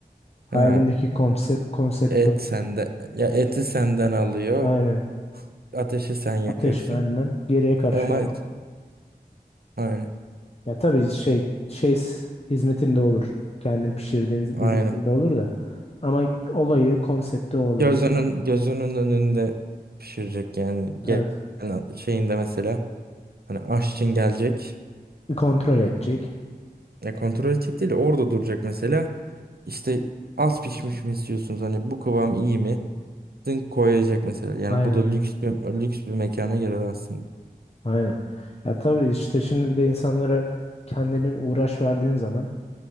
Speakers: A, on the right; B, on the left.
A: ha
B: Hayalimdeki konsept konsept
A: et
B: bu.
A: sende ya eti senden alıyor
B: Aynen.
A: ateşi sen yakıyorsun
B: Ateş benden. Geriye karışmam
A: ama et- aynen
B: Ya tabii şey şey s- hizmetinde olur. Kendin pişirdiğin
A: aynen
B: hizmetinde olur da. Ama olayı konsepti o olurdu.
A: Gözünün gözünün önünde pişirecek yani. Gel-
B: Evet.
A: yani şeyinde mesela hani aşçın gelecek.
B: Kontrol edecek.
A: Ya kontrol edecek değil de orada duracak mesela. İşte az pişmiş mi istiyorsunuz? Hani bu kıvam iyi mi? Dın koyacak mesela. Yani
B: Aynen.
A: bu da lüks bir, lüks bir mekana girer aslında.
B: Aynen. Ya tabii işte şimdi bir de insanlara kendinin uğraş verdiğin zaman